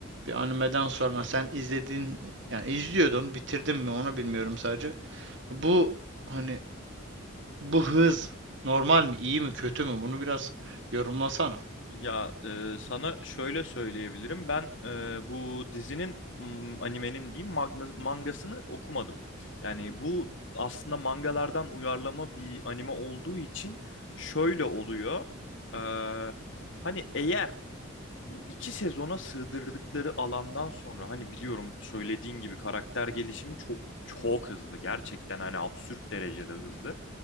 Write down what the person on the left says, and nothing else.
Ya e, sana şöyle söyleyebilirim. Ben e, bu dizinin m, animenin diyeyim magna- mangasını okumadım. Yani bu aslında mangalardan uyarlama bir anime olduğu için şöyle oluyor. E, hani eğer bu iki sezona sığdırdıkları alandan sonra hani biliyorum söylediğin gibi karakter gelişimi çok çok hızlı. Gerçekten hani absürt derecede hızlı.